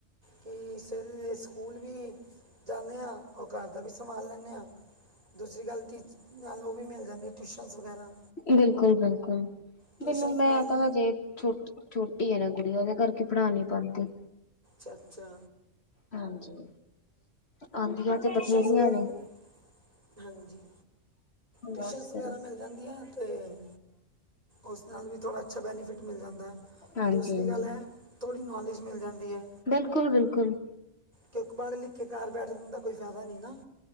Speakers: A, on the right (about 30°); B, on the left (about 50°).
A: ਕਿ ਸਵੇਰੇ ਸਕੂਲ ਵੀ ਜਾਂਨੇ ਆਂ, ਔਰ ਘਰ ਦਾ ਵੀ ਸੰਭਾਲ ਲੈਂਨੇ ਆਂ। ਦੂਸਰੀ ਗੱਲ ਟੀਚਰਾਂ ਨੂੰ ਵੀ ਮਿਲ ਜਾਂਦੀ ਐ ਟਿਊਸ਼ਨਜ਼ ਵਗੈਰਾ।
B: ਬਿਲਕੁਲ-ਬਿਲਕੁਲ,
A: ਟਿਊਸ਼ਨਸ
B: ਮੈਨੂੰ ਮੈਂ
A: ਨਾਲ
B: ਤਾਂ ਹਜੇ ਛੁਟ ਛੋਟੀ ਹੈ ਨਾ ਕੁੜੀ, ਉਹਦੇ ਕਰਕੇ ਪੜ੍ਹਾ ਨੀ ਪਾਂਦੀ।
A: ਚਰਚਾ
B: ਹਾਂਜੀ, ਆਂਦੀਆਂ ਤੇ
A: ਟਿਊਸ਼ਨਸ
B: ਬਥੇਰੀਆਂ
A: ਵਗੈਰਾ
B: ਨੇ।
A: ਮਿ- ਹਾਂਜੀ, ਟਿਊਸ਼ਨਸ
B: ਬਸ ਫਿਰ
A: ਵਗੈਰਾ ਮਿਲ ਜਾਂਦੀਆਂ ਤੇ ਉਸ ਨਾਲ ਵੀ ਥੋੜ੍ਹਾ ਅੱਛਾ ਬੈਨੀਫਿਟ ਮਿਲ ਜਾਂਦਾ,
B: ਹਾਂਜੀ-ਹਾਂਜੀ।
A: ਦੂਸਰੀ ਗੱਲ ਐ ਥੋੜ੍ਹੀ ਨੌਲੇਜ ਮਿਲ ਜਾਂਦੀ ਐ।
B: ਬਿਲਕੁਲ-ਬਿਲਕੁਲ।
A: ਕਿਉਂਕਿ ਪੜ ਲਿਖ ਕੇ ਘਰ ਬੈਠਣ ਦਾ ਕੋਈ ਫੈਦਾ ਨੀ ਨਾ।